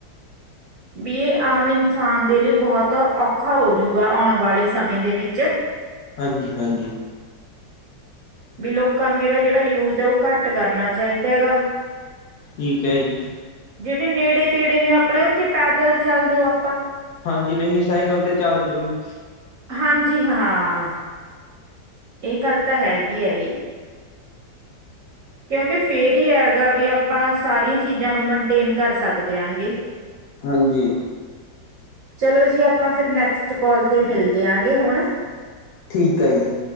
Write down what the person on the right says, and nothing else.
ਵੀ ਇਹ ਆਮ ਇਨਸਾਨ ਦੇ ਲਈ ਬਹੁਤ ਔਖਾ ਹੋਜੂਗਾ ਆਉਣ ਵਾਲੇ ਸਮੇਂ ਦੇ ਵਿੱਚ।
ਵੀ ਲੋਕਾਂ ਨੂੰ ਏਦਾ, ਜੇੜਾ ਯੂਜ ਆ ਓ ਘੱਟ ਕਰਨਾ ਚਾਹੀਦੈ ਹੈਗਾ
ਜਿਹੜੇ ਨੇੜੇ ਤੇੜੇ ਨੇ ਆਪਣੇ ਉੱਥੇ ਪੈਦਲ ਚੱਲ ਜੋਓ।
ਹਾਂਜੀ, ਹਾਂ, ਏ ਗੱਲ ਤਾ ਹੈਗੀ ਐਈ। ਕਯੋਕਿ ਫੇਰ ਈ ਹੈਗਾ ਵੀ ਆਪਾ ਸਾਰੀਆਂ ਚੀਜ਼ਾਂ ਨੂੰ ਮਨਟੇਨ ਕੱਰ ਸੱਕ ਦੇਆਂਗੇ।
ਚਲੋ ਜੀ ਆਪਾਂ ਫਿਰ ਨੈਕਸਟ ਕਾਲ ਤੇ ਮਿਲਦੇ ਆ ਗ ਹੁਣ।